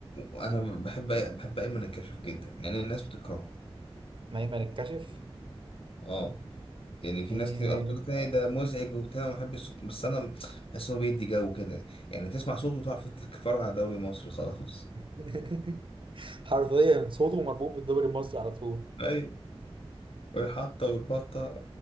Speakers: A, on the left (about 65°); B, on the right (about 55°).
A: وانا بحب بحب ايمن الكشف جدا يعني الناس بتكرهه
B: نايما الكشف
A: اه يعني في
B: إيه.
A: ناس كتير قوي بتقول لك إيه ده مزعج وبتاع وما بحبش صوته بس انا بحس انه بيدي جو كده يعني تسمع صوته وتعرف تتفرج على دوري مصري خلاص
B: <laughs> حرفيا صوته مربوط بالدوري المصري على طول
A: <laughs> اي والحطه والبطه